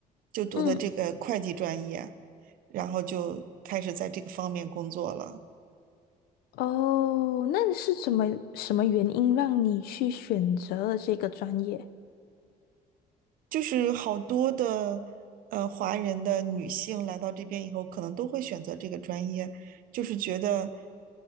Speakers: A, on the right; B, on the left.
A: 就读的这个会计专业，
B: 嗯。
A: 然后就开始在这个方面工作了。
B: 哦，那你是怎么什么原因让你去选择了这个专业？
A: 就是好多的呃华人的女性来到这边以后，可能都会选择这个专业，就是觉得